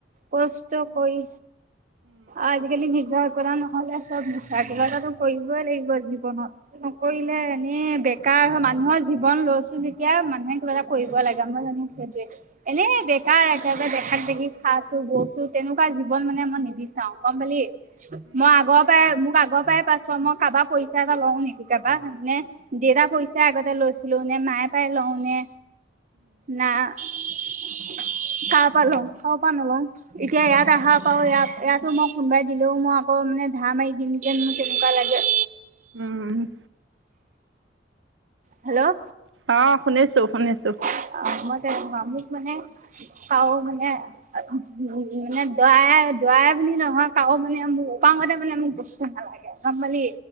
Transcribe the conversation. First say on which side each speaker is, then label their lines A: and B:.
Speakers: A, on the right; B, on the right.
A: কষ্ট কৰি আজিকালি নিৰ্জাৰ কৰা নহলে চব ক কিবা এটাটো কৰিবই লাগিব জীৱনত নকৰিলে এনে কাৰ মানুহৰ জীৱন লৈছো যেতিয়া মানুহে কিবা এটা কৰিব লাগে মই জানো সেইটোৱে এনে বেকাৰ কেতিয়াবা দেখাত দেখি খাইছো গৈছো তেনেকুৱা জীৱন মানে মই নিবিচাৰো গম পালি মই আগৰ পৰাই মোক আগৰ পৰাই পাইছো মই কাৰোবাৰ পইচা এটা লও নেকি কাৰোবাৰে <unintelligible> পইচা আগতে লৈছিল নে মায়ে পাইয় লওঁনে না কাৰ পাৰ লও কাৰো পৰা নলোও এতিয়া ইয়াত আহা পাওঁ ইয়াত ইয়াতো মোক কোনোবাই দিলেও মই আকৌ মানে ধা মাৰি দিম <unintelligible> লাগে
B: উম
A: হেল্ল'
B: অ শুনিছো শুনিছো
A: <unintelligible> কাৰ ত মোক মানে কাও মানে উ মানে দৰা দৰাই বুলি নহয় কাৰো মানে মোৰ অকাংশতে মানে মোক বস্তু নালাগে গম পালি গম পালি